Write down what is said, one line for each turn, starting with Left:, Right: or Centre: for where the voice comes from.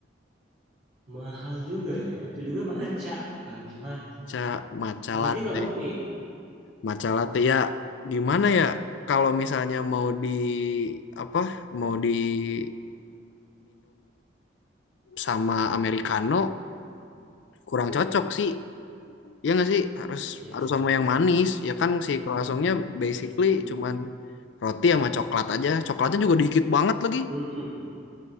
Right: Mahal juga ya. Itu juga maca kan. Mac
Left: Ca matcha
Right: Berarti
Left: latte
Right: nggak ngopi.
Left: matcha latte ya gimana ya kalau misalnya mau di apa mau diminum sama americano kurang cocok sih Iya nggak sih harus
Right: Ya
Left: harus
Right: sih.
Left: sama yang manis ya kan si
Right: ya
Left: croissantnya
Right: sih. ya
Left: basically
Right: sih. Hmm.
Left: cuman roti sama coklat aja coklatnya juga dikit banget lagi
Right: Hmm, hmm.